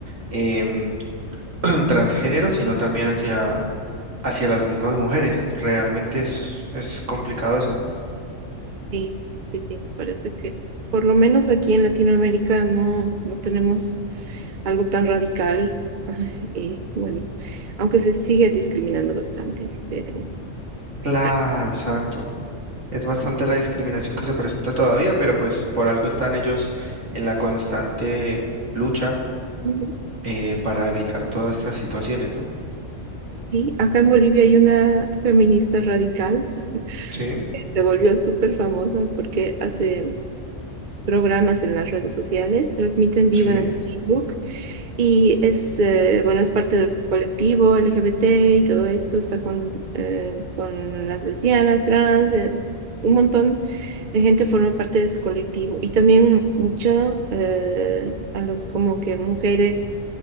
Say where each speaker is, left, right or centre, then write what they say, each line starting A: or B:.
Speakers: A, on the right; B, on the right.
A: em, <clears throat> transgénero, sino también hacia, hacia las mismas mujeres. Realmente es, es complicado eso, ¿no?
B: Sí, sí, sí, me parece que por lo menos aquí en Latinoamérica no, no tenemos algo tan radical. <laughs> Y bueno, aunque se sigue discriminando bastante, pero...
A: Claro,
B: ah,
A: exacto. Es bastante la discriminación que se presenta todavía, pero pues por algo están ellos en la constante lucha
B: ujú.
A: eh, para evitar todas estas situaciones, ¿no?
B: Sí, acá en Bolivia hay una feminista radical,
A: Sí,
B: eh, se volvió súper famosa porque hace programas en las redes sociales, transmite en vivo
A: sí,
B: en Facebook y es, eh, bueno, es parte del colectivo LGBT y todo esto, está con, eh, con las lesbianas, trans, eh, un montón de gente forma parte de su colectivo y también mucho eh, a los como que mujeres